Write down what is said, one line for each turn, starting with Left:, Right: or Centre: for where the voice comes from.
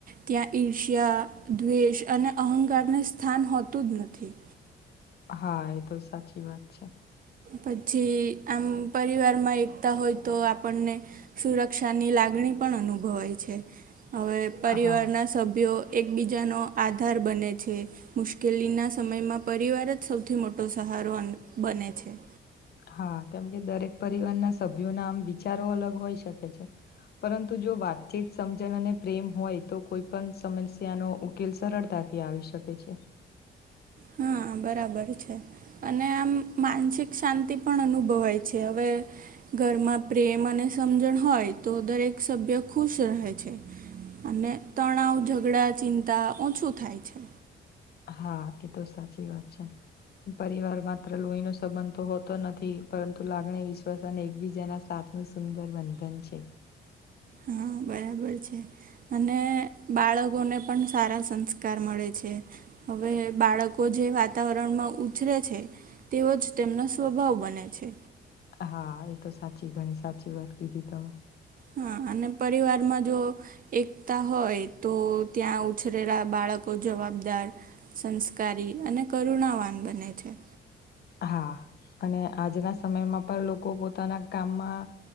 Right: ત્યાં ઈર્ષ્યા, દ્વેષ અને અહંકારને સ્થાન હોતું જ નથી.
Left: હા એ તો સાચી વાત છે.
Right: પછી આમ પરિવારમાં એકતા હોય તો આપણને સુરક્ષાની લાગણી પણ અનુભવાય છે. હવે પરિવારના
Left: હા
Right: સભ્યો એકબીજાનો આધાર બને છે. મુશ્કેલીના સમયમાં પરિવાર જ સૌથી મોટો સહારો બને છે.
Left: હા કેમ કે દરેક પરિવારના સભ્યો ના આમ વિચારો અલગ હોઈ શકે છે. પરંતુ જો વાતચીત, સમજણ અને પ્રેમ હોય તો કોઈ પણ સમસ્યાનો ઉકેલ સરળતા થી આવી શકે છે.
Right: હા બરાબર છે. અને આમ માનસિક શાંતિ પણ અનુભવાય છે. હવે ઘરમાં પ્રેમ અને સમજણ હોય તો દરેક સભ્ય ખુશ રહે છે. અને તણાવ, ઝઘડા, ચિંતા ઓછું થાય છે.
Left: હા એ તો સાચી વાત છે. પરિવાર માત્ર લોહીનો સંબંધ તો હોતો નથી પરંતુ લાગણી, વિશ્વાસ અને એકબીજાના સાથ નો સુંદર બંધન છે.
Right: હા બરાબર છે. અને બાળકોને પણ સારા સંસ્કાર મળે છે. હવે બાળકો જે વાતાવરણમાં ઉછરે છે, તેવો જ તેમનો સ્વભાવ બને છે.
Left: હા એ તો સાચી ઘણી સાચી વાત કીધી તમે.
Right: હા અને પરિવારમાં જો એકતા હોય તો ત્યાં ઉછરેલા બાળકો જવાબદાર સંસ્કારી અને કરુણાવાન બને છે.
Left: હા અને આજના સમયમાં પણ લોકો પોતાના કામમાં